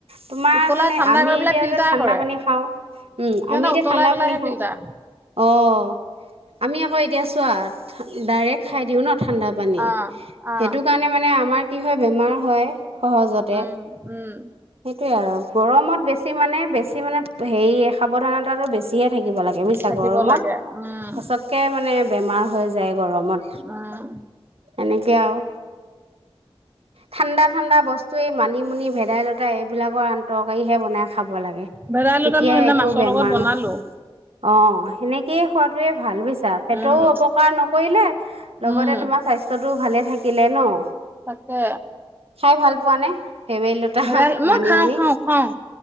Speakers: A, on the right; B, on the right.
A: তোমাৰ
B: উতলাই
A: মানে
B: ঠাণ্ডা
A: আমি
B: কৰি পেলাই
A: এতিয়া
B: ফিল্টাৰ
A: যে ঠাণ্ডা
B: কৰে
A: পানী খাওঁ। উম,
B: সিহঁতে
A: আমি এতিয়া
B: উতলাই
A: ঠাণ্ডা
B: পেলাইহে
A: পানী খাওঁ।
B: ফিল্টাৰ
A: অ'। আমি আকৌ এতিয়া চোৱা, ডাইৰেক্ট খাই দিওঁ ন'। ঠাণ্ডা পানী,
B: অ
A: সেইটো
B: অ
A: কাৰণে মানে আমাৰ কি হয়, বেমাৰ হয়। সহজতে,
B: উম, উম,
A: সেইটোয়ে আৰু গৰমত বেছ বেছি মানে, বেছি মানে হেই সাৱধানতাটো বেছিহে থাকিব লাগ বুইছা
B: থাকিব
A: গৰমত,
B: লাগে উম,
A: খচককে মানে বেমাৰ হৈ যায় গৰমত,
B: উম।
A: এনেকে আৰু ঠাণ্ডা ঠাণ্ডা বস্তুৱেই মানিমুনি, ভেদাইলতা এইবিলাকৰ আন-তৰকাৰীহে বনাই খাব লাগে।
B: ভেদাইলতা
A: তেতিয়া
B: মই সেইদিনা
A: একো
B: মাছৰ
A: বেমাৰ
B: লগত বনালো
A: নহ, অ' সেনেকেই খোৱাটোৱে ভাল বুইছা, পেটৰো
B: উম,
A: অপকাৰ নকৰিলে, লগতে
B: উম,
A: তোমাৰ স্বাস্থ্যটোও ভালে থাকিলে ন'।
B: তাকে।
A: খাই ভাল পোৱানে? ভেৱেলিলতা
B: ভেদাই
A: হা,
B: মই
A: মানিমুনি?
B: খাওঁ, খাওঁ, খাওঁ